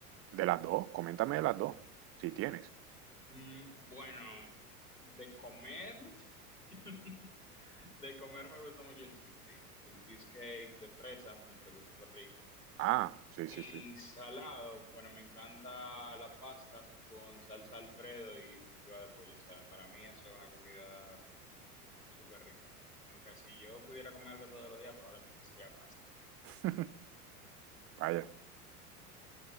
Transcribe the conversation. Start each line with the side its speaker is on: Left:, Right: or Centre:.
Right: de las dos, coméntame de las dos, si tienes.
Left: Mm, bueno, de comer, <laughs> de comer me gusta mucho el cheesecake. El cheesecake de fresa me parece súper rico.
Right: Ah, sí,
Left: Y
Right: sí, sí.
Left: salado, bueno, me encanta la pasta con salsa Alfredo y pechuga de pollo. O sea, para mí eso es una comida súper rica. Como que si yo pudiera comer algo todos los días, probablemente sería pasta.
Right: <laughs> Vaya,